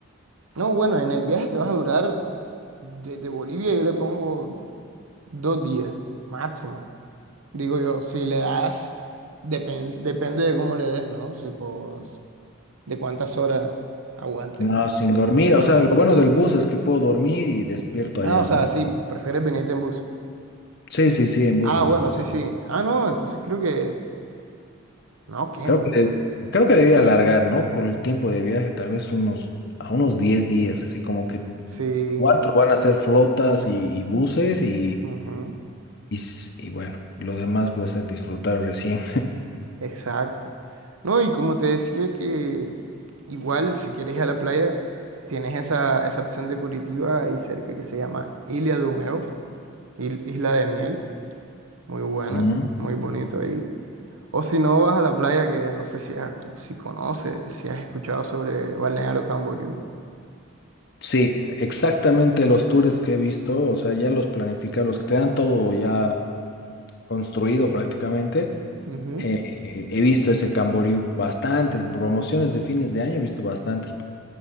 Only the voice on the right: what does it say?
No, bueno, en el viaje te vas a durar desde Bolivia, yo le pongo dos días, máximo. Digo yo, si le das, depen- depende de cómo le des, ¿no? Si, pues, de cuántas horas aguantes.
¿no?
Por mí,
no.
Ah,
o sea,
sí, prefieres venirte en bus.
Ah,
bueno, sí, sí. Ah, no, entonces creo que. No, ¿quién?
Sí.
ujú.
Exacto. No, y como te decía que igual si quieres ir a la playa, tienes esa, esa opción de Curitiba ahí cerca que se llama Ilha do Mel, il- Isla de Miel, muy buena,
muy bonito ahí. O si no vas a la playa, que no sé si, has- si conoces, si has escuchado sobre Balneario Camboriú.
Ujú.